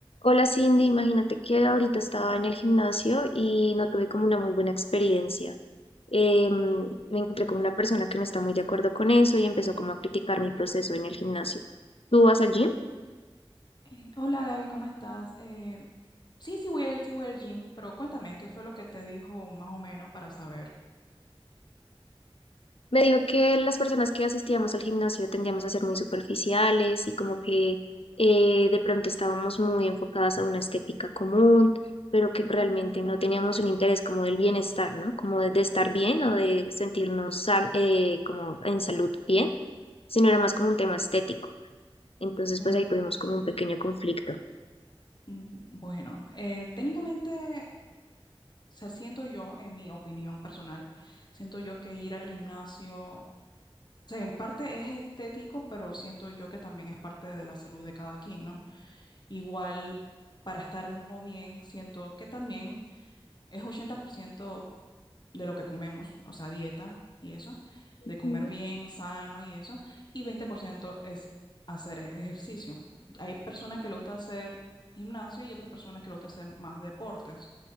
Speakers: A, on the left; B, on the left.
A: Hola Cindy, imagínate que ahorita estaba en el gimnasio y no tuve como una muy buena experiencia. Em, me encontré con una persona que no está muy de acuerdo con eso y empezó como a criticar mi proceso en el gimnasio. ¿Tú vas al gym?
B: Eh, hola Gaby, ¿cómo estás? Eh, sí, sí voy al, sí voy al gym, pero cuéntame, ¿qué fue lo que te dijo más o menos para saber?
A: Me dijo que las personas que asistíamos al gimnasio tendíamos a ser muy superficiales y como que eh, de pronto estábamos muy enfocadas a una estética común, pero que realmente
B: Mm,
A: no teníamos un interés como del bienestar, ¿no? Como de, de estar bien o de sentirnos san- eh, como en salud bien sino era más como un tema estético. Entonces,
B: mm,
A: pues ahí tuvimos como un pequeño conflicto.
B: mm, bueno, eh, técnicamente, o sea, siento yo, en mi opinión personal, siento yo que ir al gimnasio, o sea, en parte es estético, pero siento yo que también es parte de la salud de cada quien, ¿no? Igual, para estar uno bien, siento que también es 80% de lo que comemos, o sea, dieta y eso, de comer
A: Ujú.
B: bien, sano y eso, y 20% es hacer e- ejercicio. Hay personas que le gusta hacer gimnasio y otras personas que le gusta hacer más deportes,